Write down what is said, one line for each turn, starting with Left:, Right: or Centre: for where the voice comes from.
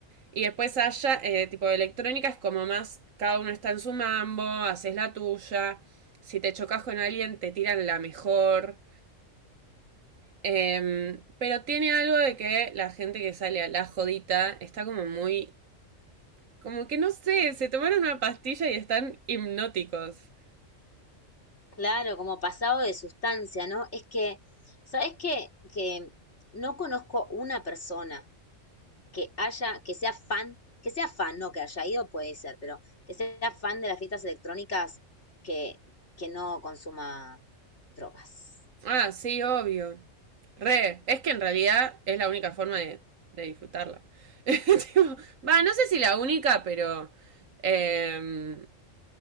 Right: Y después haya, eh, tipo de electrónica, es como más, cada uno está en su mambo, haces la tuya, si te chocas con alguien te tiran la mejor. Em, pero tiene algo de que la gente que sale a la jodita está como muy, como que no sé, se tomaron una pastilla y están hipnóticos.
Left: Claro, como pasado de sustancia, ¿no? Es que, ¿sabes qué? Que no conozco una persona que haya, que sea fan, que sea fan, no que haya ido, puede ser, pero que sea fan de las fiestas electrónicas que, que no consuma drogas.
Right: Ah, sí, obvio. Re, es que en realidad es la única forma de, de disfrutarla. <laughs> Tipo, Va, no sé si la única, pero em,